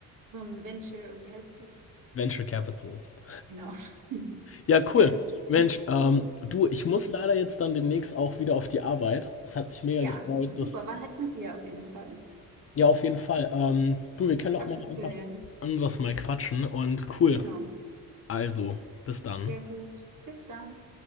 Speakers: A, on the right; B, on the left.
A: so ein Venture, wie heißt es?
B: Venture Capitalist.
A: Genau. <laughs>
B: Ja, cool.
A: Ja.
B: Mensch, ähm, du, ich muss leider jetzt dann demnächst auch wieder auf die Arbeit. Das hat mich mega
A: ja,
B: gefreut.
A: super,
B: Das,
A: war nett mit dir auf jeden Fall.
B: ja, auf jeden Fall. Ähm, du, wir können doch
A: Ich habe
B: mal
A: was
B: einfach
A: gelernt.
B: anders mal quatschen und cool.
A: Genau.
B: Also, bis dann.
A: Sehr gut. Bis dann.